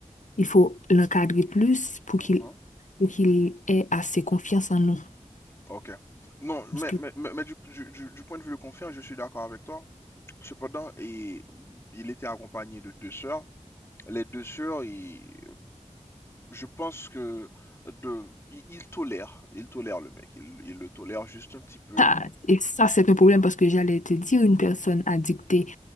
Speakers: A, on the left; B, on the left.
A: Il faut l'encadrer plus pour
B: mhm.
A: qu'il pour qu'il ait assez confiance en nous.
B: Ok. Non,
A: Parce
B: mais,
A: que,
B: mais, mais, mais du, du- du- du point de vue de confirme, je suis d'accord avec toi. Cependant, et, il était accompagné de deux sœurs. Les deux sœurs, ils- je pense que de, ils, ils tolèrent, ils tolèrent le mec. Ils, ils le tolèrent juste un petit peu,
A: ah, et ça, c'est un problème parce que j'allais te dire, une personne addictée